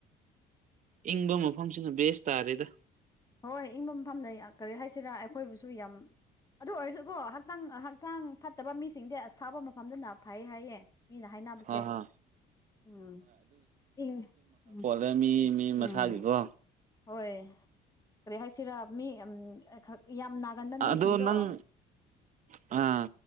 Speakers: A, on the right (about 50°); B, on the left (about 20°).
A: ꯏꯪꯕ ꯃꯐꯝꯁꯤꯅ ꯕꯦꯁ ꯇꯥꯔꯦꯗ
B: ꯍꯣꯏ ꯏꯪꯕ ꯃꯐꯝꯅ ꯀꯔꯤ ꯍꯥꯏꯁꯤꯔꯥ ꯑꯩꯈꯣꯏꯕꯨꯁꯨ ꯌꯥꯝ ꯑꯗꯨ ꯑꯣꯏꯔꯁꯨꯕꯣ ꯍꯛꯆꯥꯡ ꯍꯛꯆꯥꯡ ꯐꯠꯇꯕ ꯃꯤꯁꯤꯡꯗꯤ ꯑꯁꯥꯕ ꯃꯐꯝꯗꯨꯅ ꯐꯩ ꯍꯥꯏꯌꯦ ꯃꯤꯅ ꯍꯥꯏꯅꯕꯁꯦ
A: ꯍ ꯍ
B: ꯎꯝ ꯏꯪ ꯎꯝ
A: ꯥ <unintelligible> ꯃꯤ ꯃꯤ ꯃꯁꯥꯒꯤꯀꯣ
B: ꯎꯝ ꯍꯣꯏ ꯀꯔꯤ ꯍꯥꯏꯁꯤꯔꯥ ꯃꯤ ꯌꯥꯝ ꯅꯥꯒꯟꯕ ꯃꯤꯁꯤꯡꯗꯣ
A: ꯑꯗꯣ ꯅꯪ ꯑꯥ